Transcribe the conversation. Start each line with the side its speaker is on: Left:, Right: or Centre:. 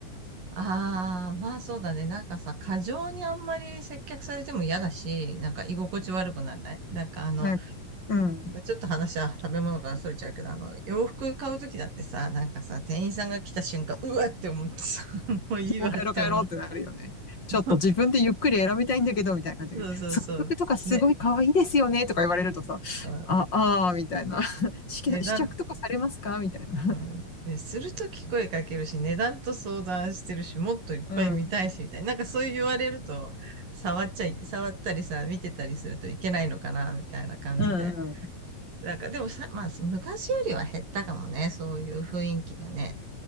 Right: あ、まあそうだね。なんかさ、過剰にあんまり接客されても嫌だし、なんか居心地悪くならないなんかあの、
Left: なんかうん。
Right: ちょっと話は食べ物からそれちゃうけど、あの、洋服買うときだってさ、なんかさ、店員さんが来た瞬間、うわって思ってさ、<laughs> もういいわって思う。
Left: もう帰ろう帰ろうってなるよね。
Right: <laughs>
Left: ちょっと自分でゆっくり選びたいんだけど、みたいな感じで。
Right: そうそうそう。
Left: その曲とかすごい可愛いですよね、
Right: ね。
Left: とか言われるとさ、
Right: うん
Left: あ、ああ、みたいな。<laughs> 試着試着とかされますかみたいな。
Right: 値段うん。ね、するとき声かけるし、値段と相談してるし、もっといっぱい見たいし、
Left: うん。
Right: みたいな。なんかそう言われると、触っちゃいけ、触ったりさ、見てたりするといけないのかな、みたいな感じで。
Left: うん。
Right: なんかでもさ、まあ、昔よりは減ったかもね、そういう雰囲気がね。